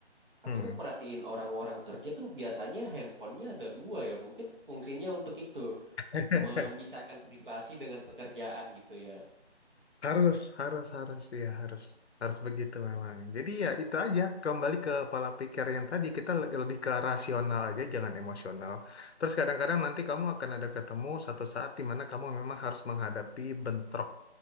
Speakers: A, on the right; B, on the left.
A: Aku
B: Hmm.
A: tuh perhatiin orang-orang kerja tuh biasanya handphonenya ada dua ya. Mungkin fungsinya untuk itu,
B: <laughs>
A: memisahkan privasi dengan pekerjaan gitu ya.
B: Harus, harus, harus, ya harus, harus begitu memang. Jadi ya itu aja, kembali ke pola pikir yang tadi kita le- lebih ke rasional aja, jangan emosional. Terus kadang-kadang nanti kamu akan ada ketemu satu saat di mana kamu memang harus menghadapi bentrok